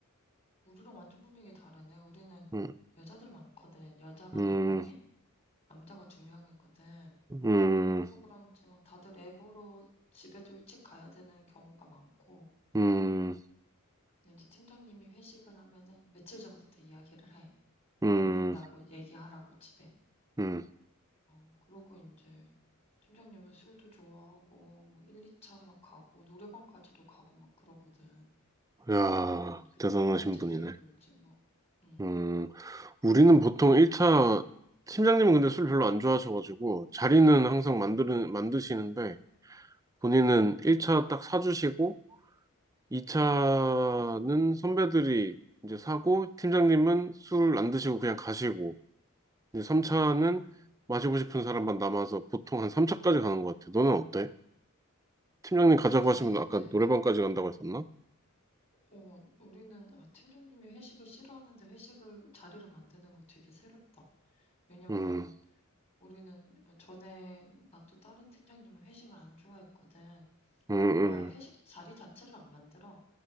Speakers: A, on the left; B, on the right.
A: 우리랑 완전 분위기 다르네. 우리는
B: 음,
A: 여자들 많거든. 여자가
B: 음,
A: 네 명에 남자가 두 명이거든.
B: 음.
A: 그래서 그런지 막 다들 애보로 집에도 일찍 가야 되는 경우가 많고.
B: 음,
A: 근데 이제 팀장님이 회식을 하면은 며칠 전부터 이야기를 해.
B: 음,
A: 늦는다고 얘기하라고 집에.
B: 음.
A: 어, 그러고 이제 팀장님은 술도 좋아하고 뭐 1, 2차 막 가고 노래방까지도 가고 막 그러거든.
B: 야,
A: 음, 그때
B: 대단하신
A: 한 번 제대로
B: 분이네.
A: 놀지 뭐. 음,
B: 음, 우리는 보통 1차, 팀장님은 근데 술 별로 안 좋아하셔가지고, 자리는 항상
A: 음.
B: 만드는, 만드시는데, 본인은 1차 딱 사주시고, 2차는 선배들이 이제 사고, 팀장님은 술 안 드시고 그냥 가시고, 이제 3차는
A: 어,
B: 마시고 싶은 사람만 남아서 보통 한 3차까지 가는 것 같아. 너는 어때? 팀장님 가자고
A: 되게
B: 하시면
A: 근데
B: 아까 노래방까지 간다고 했었나?
A: 어, 우리는 아, 팀장님이 회식을 싫어하는데 회식을 자리를 만드는 거 되게 새롭다. 왜냐면
B: 음,
A: 우리는 뭐 전에 나 또 다른 팀장님은 회식을 안 좋아했거든.
B: 음,
A: 그럼 아예 회식
B: 음.
A: 자리 자체를 안 만들어.